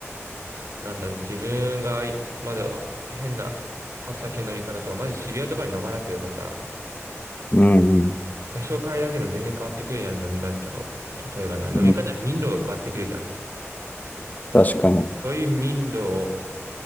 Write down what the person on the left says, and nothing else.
うん、うん、
うん。
確かに。